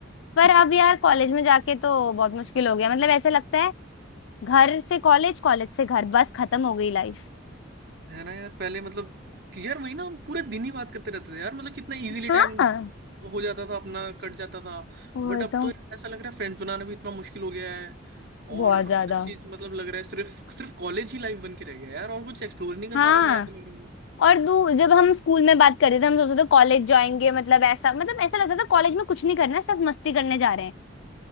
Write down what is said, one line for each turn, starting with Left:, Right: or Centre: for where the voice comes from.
Left: पर
Right: <laughs>
Left: अब यार कॉलेज में जाके तो बहुत मुश्किल हो गया मतलब ऐसा लगता है घर से कॉलेज कॉलेज से घर बस खत्म हो गई लाइफ
Right: है ना यार पहले मतलब कि यार वही ना हम पूरे दिन ही बात करते रहते थे यार मतलब कितना इजीली
Left: हाँ
Right: टाइम हो जाता था अपना कट जाता था
Left: वो
Right: बट अब
Left: तो
Right: तो यार ऐसा लग रहा है फ्रेंड्स बनाना भी इतना मुश्किल हो गया है और
Left: बहुत ज्यादा
Right: हर चीज मतलब लग रहा है सिर्फ सिर्फ कॉलेज ही लाइफ बन के रह गया है यार और कुछ एक्सप्लोर नहीं कर
Left: हाँ
Right: पा रहा मैं ऐसा लग रहा हूँ
Left: और दू जब हम स्कूल में बात कर रहे थे हम सोच रहे थे कॉलेज जाएंगे मतलब ऐसा मतलब ऐसा लगता था कॉलेज में कुछ नहीं करना है, सिर्फ मस्ती करने जा रहे हैं